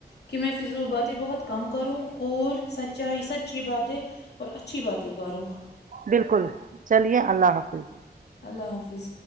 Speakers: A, on the left; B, on the right.
A: کہ میں فضول باتیں بہت کم کروں اور سچائی سچی باتیں اور اچھی باتیں کروں
B: بالکل چلیے اللہ حافظ
A: اللہ حافظ